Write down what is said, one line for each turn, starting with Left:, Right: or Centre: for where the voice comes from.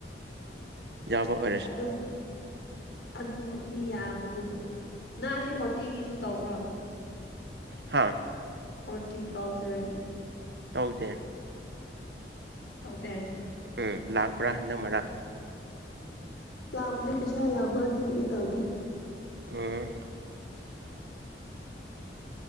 Right: ꯌꯥꯕ ꯑꯣꯏꯔꯦ
Left: ꯑꯗꯨꯝ ꯑꯗꯨꯃꯨꯛ ꯃꯤ ꯌꯥꯝꯕꯗꯨꯕꯨ ꯅꯪ ꯑꯁꯤ ꯍꯣꯔꯇꯤꯒꯤꯁꯨ ꯇꯧꯕ꯭ꯔꯣ
Right: ꯍꯥꯥ
Left: ꯍꯣꯔꯇꯤꯀꯜꯆꯔꯒꯤ
Right: ꯇꯧꯗꯦ
Left: ꯇꯧꯗꯦ
Right: ꯎꯝ ꯂꯥꯛꯄ꯭ꯔꯥ ꯍꯟꯗꯛ ꯃꯔꯛ
Left: ꯂꯥꯞꯄꯅꯦ ꯄꯩꯁꯥ ꯌꯥꯝꯕ ꯑꯗꯨ ꯑꯩ ꯇꯧꯗꯦ
Right: ꯎꯝ
Left: <inaudible>